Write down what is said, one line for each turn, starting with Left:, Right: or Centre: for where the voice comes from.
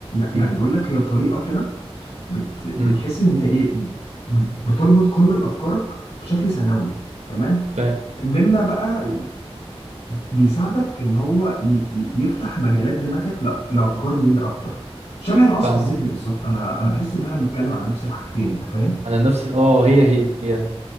Left: يعني
Right: مم.
Left: بيقول لك هي طريقة كده بت بتحس
Right: مم.
Left: إن هي إيه بتربط كل الأفكارك بشكل ثانوي تمام
Right: فاهم
Left: مما بقى بيساعدك ان هو ي- ي- يفتح مجالات دماغك ل- لافكار جديده اكتر شبه العصف
Right: فاهمة
Left: الذهني بالظبط انا انا بحس ان احنا بنتكلم على نفس الحاجتين انت فاهم
Right: على نفس ال- اه هي هي